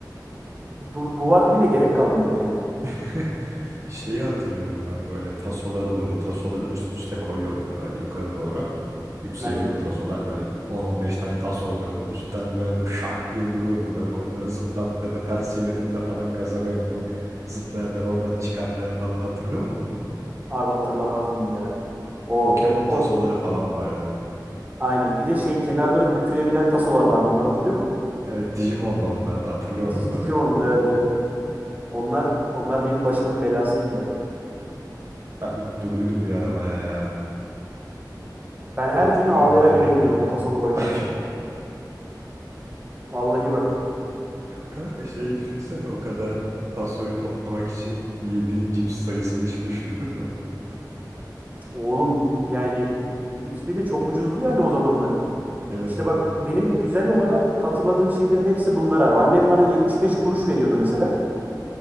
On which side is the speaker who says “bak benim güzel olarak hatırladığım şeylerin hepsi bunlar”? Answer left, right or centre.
Right